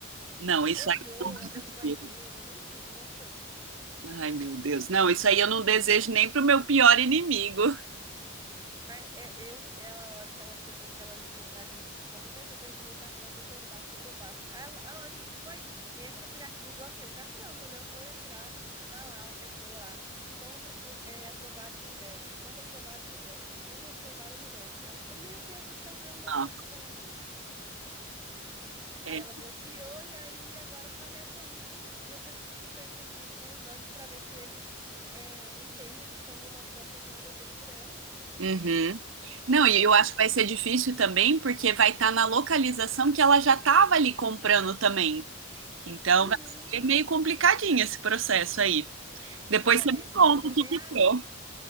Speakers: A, on the right (about 70°); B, on the right (about 15°).
A: não, isso
B: Olhou, olhou
A: aí.
B: no banheiro, olhou em tudo, não achou?
A: Ai, meu Deus. Não, isso aí eu não desejo nem pro meu pior inimigo.
B: Mas é, eu, ela, a hora que ela, depois que ela ligou pra gente, assim, falando, gente, eu perdi meu cartão, o que é que eu faço? O que é que eu faço? Aí ela- aí a gente vai, e entra no aplicativo e bloqueia o cartão. Quando ela for entrar, tá lá, a pessoa lá, compra pro- é, aprovado no débito, compra aprovado no débito, compra aprovado no débito. Ela ficou, meu Deus, você está usando meu
A: Ah,
B: cartão. Aí
A: é.
B: ela bloqueou e aí agora tá nessa aí, de- nessa disputa aí com, com um banco pra ver se eles é, entendem como uma compra que não foi feita por ela.
A: Uhum. Não, e
B: Hum,
A: eu acho que vai ser difícil também, porque vai estar na localização que ela já estava ali comprando também. Então
B: uhum.
A: vai ser meio complicadinho esse processo aí. Depois
B: Pois é,
A: você me
B: eles
A: conta
B: vão entender,
A: o que que
B: ah,
A: deu.